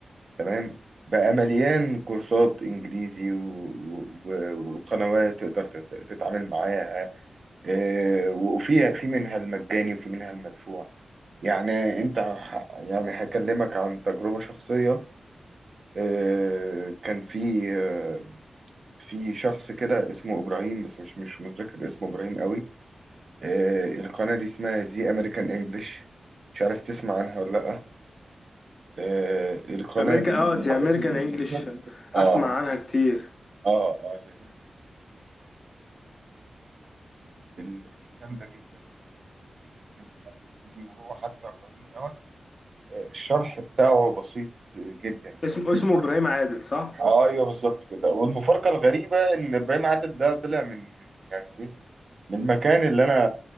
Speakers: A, on the right (about 60°); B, on the left (about 50°).
A: تمام بقى مليان كورسات انجليزي و- و- وقنوات تقدر تت- تتعامل معاها آه، وفيها في منها المجاني وفي منها المدفوع يعني انت ه- يعني هكلمك عن تجربة شخصية آه، كان في آه، في شخص كده اسمه ابراهيم بس مش مش متذكر اسمه ابراهيم قوي آه، القناة دي اسمها زي أمريكان إنجلش مش عارف تسمع عنها ولا لأ آه، القناة
B: امريكان
A: دي
B: اه زي امريكان انجلش اسمع
A: آه
B: عنها كتير
A: آه آه زي أمريكان إنجلش الجامدة جدا في بتاع الإنجليزي وهو حتى إبراهيم دوت آه، الشرح بتاعه بسيط جدا يعني
B: اسمه اسمه ابراهيم عادل صح
A: آه أيوه بالظبط كده والمفارقة الغريبة إن إبراهيم عادل ده طلع من من- يعني إيه من المكان اللي أنا